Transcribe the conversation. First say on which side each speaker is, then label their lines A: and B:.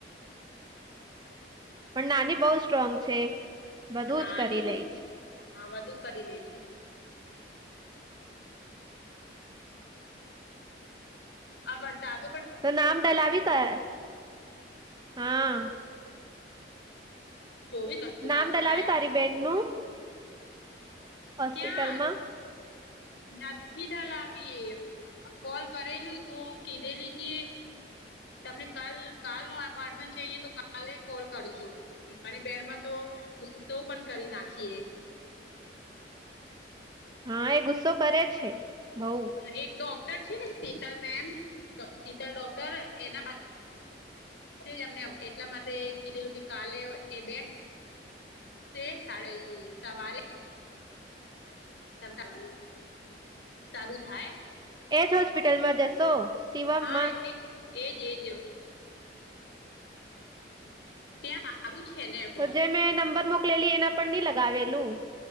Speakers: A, on the left (about 70°); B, on the right (about 25°).
A: <inaudible>
B: પણ નાની બહુ સ્ટ્રોંગ છે બધું
A: નાની
B: જ કરી
A: તો
B: લઈ છે
A: હા વધુ કરી લે છે આ વરસાદ
B: તો નામ ડલાવી ત હૈ હા
A: ચોવીસ કલાક
B: નામ ડલાવી
A: થાય વરસાદો
B: તારી બેનનું હોસ્પિટલમાં
A: ક્યાં
B: <inaudible>
A: નથી ડલાવી કોલ કરેલું તો કીધેલી કે તમને કાલ કાલ નો અપાર્ટમેન્ટ જઈએ તો કાલે કોલ કરજો મને બેનમાં તો ઉુસ્સવ પણ કરી નાખીએ
B: હા એ ગુસ્સો કરે છે બઉ
A: એક ડોક્ટર છે ને શીતલ મેમ શીતલ ડોક્ટર એના પાસે જ અમને એટલા માટે કીધેલું કે કાલે એ બેટ તે સાડ સવારે તળું સારું થાય
B: એજ હોસ્પિટલમાં જશો શિવમમાં
A: હા એજ એજ ત્યાં સારું છે ને
B: તો
A: બઉ
B: જે મેં નંબર મોકલેલી એના પણ નઈ લગાવેલું